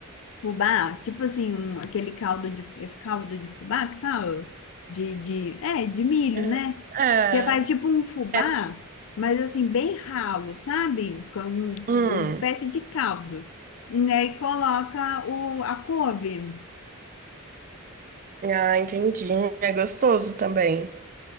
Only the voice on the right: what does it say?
É,
é,
é,
hum.
Ah, entendi. É gostoso também.